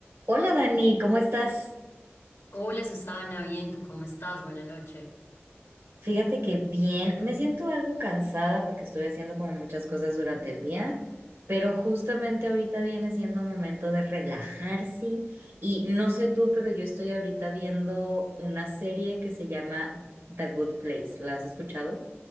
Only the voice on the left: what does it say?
Hola Susana, bien, ¿tú cómo estás? Buena noche.